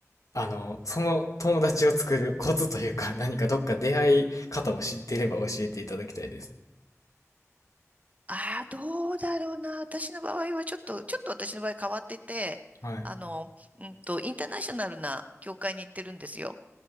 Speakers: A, on the left; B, on the right.
A: あの、その友達を作るコツというか、何かどっか出会い方を知っていれば教えていただきたいです。
B: ああ、どうだろうな。私の場合はちょっと、ちょっと私の場合変わってて、
A: はい。
B: あの、うんと、インターナショナルな教会に行ってるんですよ。